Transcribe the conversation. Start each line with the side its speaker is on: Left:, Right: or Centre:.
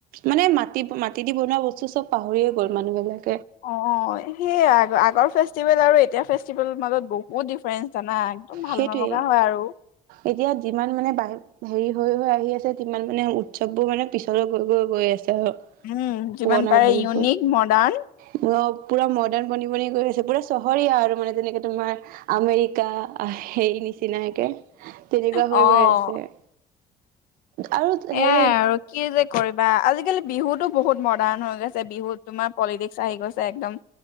Right: মানে মাটি, মাটি দি বনোৱা বস্তু চব পাহৰিয়ে গ'ল মানুহবিলাক।
Left: অ', অ', সেইয়া আগৰ ফেচ ফেষ্টিভেল আৰু এতিয়াৰ ফেষ্টিভেল মাজত বহু বহুত ডিফাৰেঞ্চ জানা? একদম ভাল
Right: সেইটোৱেই
Left: নলগা হয় আৰু
Right: এতিয়া যিমান মানে বাহি হেৰি হৈ হৈ আহি আছে, তিমান মানে উৎসৱবোৰ মানে পিছলৈ গৈ গৈ গৈ আছে। আৰু
Left: উম, যিমান
Right: পুৰণা
Left: পাৰে
Right: ভাবিবোৰ
Left: ইউনিক মডাৰ্ণ
Right: অ পুৰা মডাৰ্ণ বনি বনি গৈ আছে, পুৰা চহৰীয়া আৰু মানে যেনেকে তোমাৰ আমেৰিকা হেৰি নিচিনাকে, তেনেকুৱা হৈ
Left: অ
Right: গৈ আছে। আৰু
Left: এয়াই
Right: হেৰিত
Left: আৰু কি যে কৰিবা, আজিকালি বিহুতো বহুত মডাৰ্ণ হৈ গৈছে। বিহুত তোমাৰ পলিটিক্স আহি গৈছে একদম